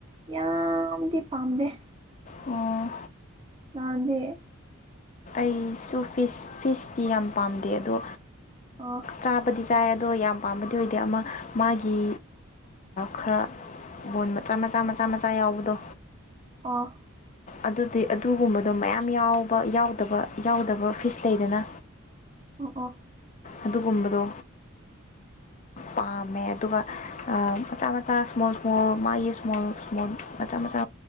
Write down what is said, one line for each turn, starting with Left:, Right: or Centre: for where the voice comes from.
Right: ꯌꯥꯝꯗꯤ ꯄꯥꯝꯗꯦ
Left: ꯑꯣ
Right: ꯑꯗꯦ
Left: ꯑꯩꯁꯨ ꯐꯤꯁ ꯐꯤꯁꯇꯤ ꯌꯥꯝ ꯄꯥꯝꯗꯦ ꯑꯗꯣ
Right: ꯑꯣ
Left: ꯆꯥꯗꯤ ꯆꯥꯏ ꯑꯗꯣ ꯌꯥꯝ ꯄꯥꯝꯕꯗꯤ ꯑꯣꯏꯗꯦ ꯑꯃ ꯃꯥꯒꯤ ꯈꯔ ꯕꯣꯣꯟ ꯃꯆꯥ ꯃꯆꯥ ꯃꯆꯥ ꯃꯆꯥ ꯌꯥꯎꯕꯗꯣ
Right: ꯑ
Left: ꯑꯗꯨꯗꯤ ꯑꯗꯨꯒꯨꯝꯕꯗꯣ ꯃꯌꯥꯝ ꯌꯥꯎꯕ ꯌꯥꯎꯗꯕ ꯌꯥꯎꯗꯕ ꯐꯤꯁ ꯂꯩꯗꯅ
Right: ꯑꯣ ꯑꯣ
Left: ꯑꯗꯨꯒꯨꯝꯕꯗꯣ ꯄꯥꯝꯃꯦ ꯑꯗꯨꯒ ꯃꯆꯥ ꯃꯆꯥ ꯏꯁꯃꯣꯜ ꯏꯁꯃꯣꯜ ꯃꯥꯒꯤ ꯏꯁꯃꯣꯜ ꯁꯨꯃꯣꯟ ꯃꯆꯥ ꯃꯆꯥ